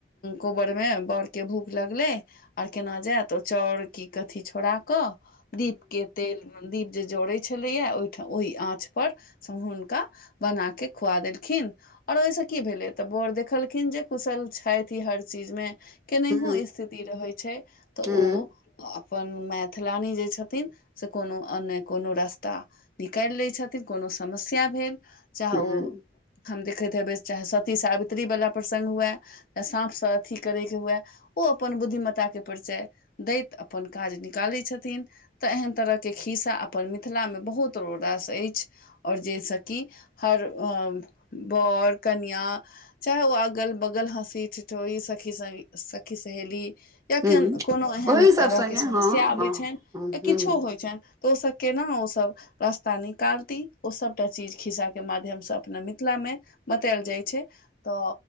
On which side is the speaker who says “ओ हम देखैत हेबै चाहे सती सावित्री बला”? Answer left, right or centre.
Left